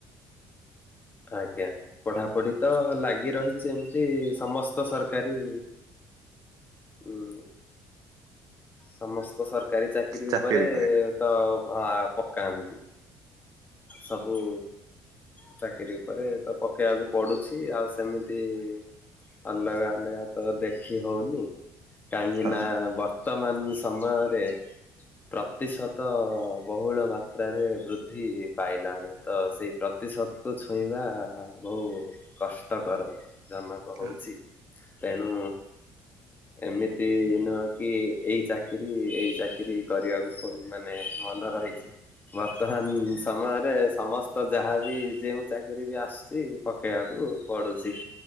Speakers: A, on the left; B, on the right.
A: ଆଜ୍ଞା। ପଢାପଢି ତ ଲାଗି ରହିଚି ଏମ୍ତି ସମସ୍ତ ସରକାରୀ ଉଁ। ସମସ୍ତ ସରକାରୀ ଚାକିରିୀ
B: ଚାକିରି
A: ଉପରେ
B: ପାଇଁ
A: ତ ଆ ପ କାଆନ୍ତି ସବୁ ଚାକିରୀ ଉପରେ ତ ପକେଇବାକୁ ପଡୁଛି ଆଉ ସେମିତି ଅଲଗା ଅଲଗା ତ ଦେଖି ହଉନି କାହିଁକି
B: ହଁ
A: ନା ବର୍ତ୍ତମାନ ସମୟରେ ପ୍ରତିଶତ ବହୁଳ ମାତ୍ରାରେ ବୃଦ୍ଧି ପାଇଲାଣି ତ ସେଇ ପ୍ରତିଶତ କୁ ଛୁଇଁବା ବହୁ କଷ୍ଟକର ଜନକ
B: ହଁ
A: ହଉଛି। ପେଣୁ ଏମିତି ନୁହଁ କି ଏଇ ଚାକିରି ଏଇ ଚାକିରିକରିବାକୁ ମାନେ ମନେ ରହିଛି ବର୍ତ୍ତମାନମାନ ସମୟରେ ସମସ୍ତ ଯାହାବି ଯେଉଁ ଚାକିରି ବି ଆସୁଛି ପକେଇବାକୁ ପଡୁଛି।